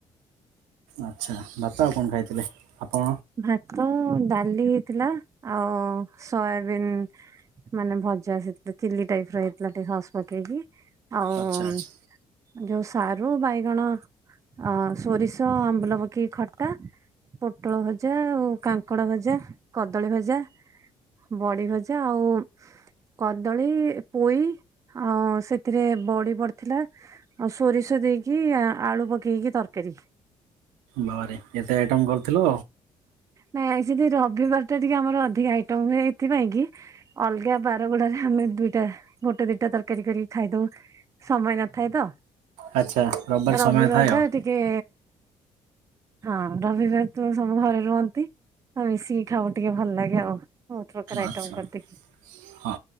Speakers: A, on the right; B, on the right.
A: ଆଚ୍ଛା ଭାତ ଆଉ କଣ ଖାଇଥିଲେ? ଆପଣ?
B: ଭାତ ଡାଲି ହେଇଥିଲା ଆଉ ସୋୟାବିନ। ମାନେ ଭଜା ସେଥିରେ ଚିଲି ଟାଇପର ହେଇଥିଲା ଟିକେ ସସ୍ ପକେଇକି ଆଉ।
A: ଆଚ୍ଛା ଆଚ୍ଛା
B: ଯୋଉ ସାରୁ ବାଇଗଣ। ଅ ସୋରିଷ ଆମ୍ବୁଲ ପକେଇକି ଖଟା ପୋଟଳ ଭ ଭଜା ଆଉ କାଙ୍କଡ ଭଜା କଦଳୀ ଭଜା ବଡି ଭଜା ଆଉ କଦଳୀ ପୋଇ ଆଉ ସେଥିରେ ବଡି ପଡିଥିଲା। ଆଉ ସୋରିଷ ଦେଇକି ଆଳୁ ପକେଇକି ତରକାରୀ।
A: ବାବାରେ ଏତେ ଆଇଟମ୍ କରିଥିଲ।
B: ନାଇଁ ଆଜି ରବିବାର ଟା ଟିକେ ଆମର ଅଧିକା ଆଇଟମ୍ ହୁଏ ହେଥିପାଇଁ କି ଅଲଗା ବାର ଗୁଡାକରେ ଆମେ ଦୁଇଟା ଗୋଟେ ଦିଟା ତରକାରୀ କରି ଖାଇଦଉ। ସମୟ ନଥାଏ ତ
A: ଆଚ୍ଛା
B: ତ
A: ସମୟ
B: ରବିବାର
A: ଥାଏ ଆଉ
B: ଟା ଟିକେ ହଁ ରବିବାର ତ ସବୁ ଘରେ ରୁହନ୍ତି ଆ ମିଶିକି ଖାଉ ଟିକେ ଭଲ ଲାଗେ ଆଉ ବହୁତ ପ୍ରକାର
A: ଆଚ୍ଛା।
B: ଆଇଟମ୍ କରିଦେ କି।
A: ହଁ